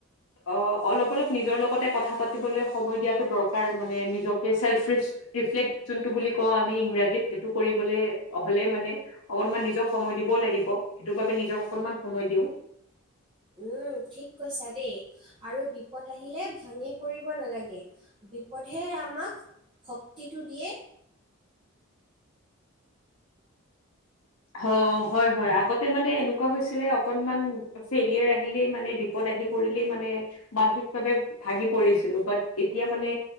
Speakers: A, on the left (about 85°); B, on the right (about 25°).
A: অ', অলপ-অলপ নিজৰ লগতে কথা পাতিবলে সময় দিয়াটো দৰকাৰ মানে নিজকে চেলফ ৰিছ ৰিফ্লেক্ট যোনটো বুলি কওঁ আমি ইংৰাজীত সেইটো কৰিবলে হ'লে মানে অকনমান নিজক সময় দিবও লাগিব, সেইটোৰ বাবে নিজক অকনমান সময় দিওঁ।
B: উম, ঠিক কৈছা দেই, আৰু বিপদ আহিলে ভাঙি পৰিব নালাগে। বিপদেহে আমাক শক্তিটো দিয়ে।
A: হ হয় হয় আগতে মানে এনেকুৱা হৈছিলে অকনমান ফেলিয়াৰ আহিলেই মানে বি বিপদ আহি পৰিলেই মানে মানসিকভাৱে ভাগি পৰিছিলো বাট এতিয়া মানে